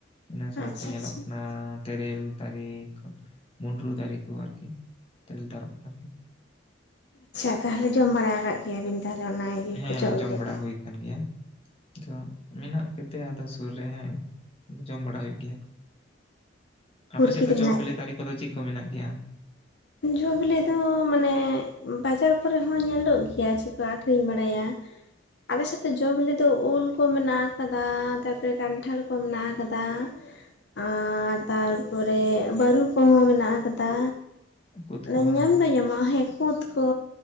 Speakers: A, on the left; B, on the left.
A: ᱤᱱᱟᱹ ᱥᱟᱶᱛᱮ
B: ᱟᱪᱪᱷᱟ
A: ᱧᱮᱞᱚᱜ
B: ᱟᱪᱪᱷᱟ
A: ᱠᱟᱱᱟ ᱛᱮᱨᱮᱞ ᱫᱟᱨᱤ ᱠᱩ, ᱢᱩᱱᱰᱨᱩ ᱫᱟᱨᱤ ᱠᱩ ᱟᱨᱠᱤ᱾ ᱛᱮᱨᱮᱞ ᱛᱟᱨᱚᱵ ᱟᱨᱠᱤ᱾
B: ᱟᱪᱪᱷᱟ ᱛᱟᱦᱚᱞᱮ ᱡᱚᱢ ᱵᱟᱲᱟ ᱟᱠᱟᱜ ᱜᱮᱭᱟ ᱵᱤᱱ ᱛᱟᱦᱚᱞᱮ ᱚᱱᱟ ᱤᱭᱟᱹ
A: ᱦᱮᱸ
B: ᱠᱚ ᱡᱚ
A: ᱡᱚᱢ
B: ᱵᱤᱞᱤ
A: ᱵᱟᱲᱟ
B: ᱠᱚ
A: ᱦᱩᱭ ᱠᱟᱱ ᱜᱮᱭᱟ᱾ ᱟᱫᱚ ᱢᱮᱱᱟᱜ ᱠᱟᱛᱮ ᱟᱫᱚ ᱥᱩᱨ ᱨᱮ ᱦᱮᱸ, ᱡᱚᱢ ᱵᱟᱲᱟ ᱦᱩᱭᱩᱜ ᱜᱮᱭᱟ᱾ ᱟᱯᱮ
B: ᱯᱩᱨᱠᱤᱛ
A: ᱥᱮᱫ ᱫᱚ
B: ᱨᱮᱱᱟᱜ
A: ᱡᱚ ᱵᱤᱞᱤ ᱫᱟᱨᱤ ᱠᱚᱫᱚ ᱪᱮᱜ ᱠᱚ ᱢᱮᱱᱟᱜ ᱜᱮᱭᱟ?
B: ᱡᱚ ᱵᱤᱞᱤ ᱫᱚ ᱢᱟᱱᱮ ᱵᱟᱡᱟᱨ ᱠᱚᱨᱮ ᱦᱚᱸ ᱧᱮᱞᱚᱜ ᱜᱮᱭᱟ ᱡᱮᱠᱚ ᱟᱠᱷᱨᱤᱧ ᱵᱟᱲᱟᱭᱟ, ᱟᱞᱮ ᱥᱮᱫ ᱡᱚ ᱵᱤᱞᱤ ᱫᱚ ᱩᱞ ᱠᱚ ᱢᱮᱱᱟᱜ ᱟᱠᱟᱫᱟ, ᱛᱟᱨᱯᱚᱨᱮ ᱠᱟᱱᱴᱷᱟᱲ ᱠᱚ ᱢᱮᱱᱟᱜ ᱟᱠᱟᱫᱟ, ᱟᱨ ᱛᱟᱨᱯᱚᱨᱮ ᱵᱟᱹᱨᱩ ᱠᱚᱦᱚᱸ ᱢᱮᱱᱟᱜ ᱟᱠᱟᱫᱟ᱾
A: ᱠᱩᱫ
B: ᱚᱱᱮ
A: ᱠᱚ ᱵᱟᱝ
B: ᱧᱟᱢ ᱫᱚ ᱧᱟᱢᱚᱜᱼᱟ ᱦᱮᱸ ᱠᱩᱫᱽ ᱠᱚ,